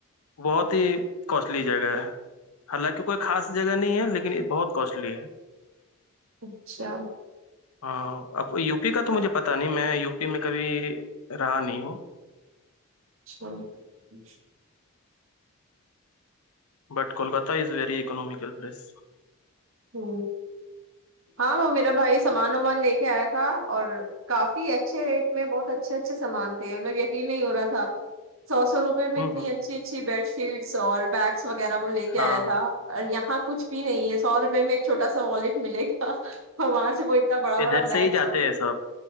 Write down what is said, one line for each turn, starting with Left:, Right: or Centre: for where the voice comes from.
Left: بہت ہی کوسٹلی جگہ ہے حالانکہ کوئی خاص جگہ نہیں ہے لیکن یہ بہت کوسٹلی ہے
Right: اچھا
Left: ہاں اب یو پی کا تو مجھے پتا نہیں میں یو پی میں کبھی رہا نہیں ہوں
Right: <unintelligible>
Left: but Kolkata is very economical place
Right: ہ ہاں وہاں میرا بھائی سامان وامان لے کے آیا تھا اور کافی اچھے ریٹ میں بہت اچھے اچھے سامان تھے مطلب یقین نہیں ہو رہا تھا سو سو روپ میں
Left: ہوں
Right: اتنی
Left: ہوں
Right: اچھی اچھی بیڈ شیٹس اور بیگس وغیرہ وہ لے کے
Left: ہاں
Right: آیا تھا اور یہاں کچھ بھی نہیں ہے سو روپے میں ایک چھوٹا سا والٹ ملے گا اور وہاں سے وہ انا بڑا
Left: ادھر
Right: بڑا بیگ
Left: سے ہی
Right: س
Left: جاتے
Right: ہو
Left: ہیں سب